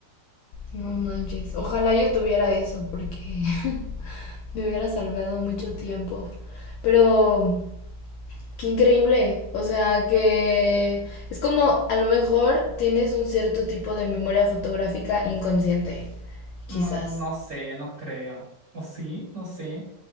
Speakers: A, on the left (about 70°); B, on the right (about 25°).
A: no manches, ojalá yo tuviera eso porque <laughs> me hubiera salvado mucho tiempo, pero qué increíble, o sea, que es como a lo mejor tienes un cierto tipo de memoria fotográfica inconsciente, quizás.
B: No, no sé, no creo. O sí, no sé,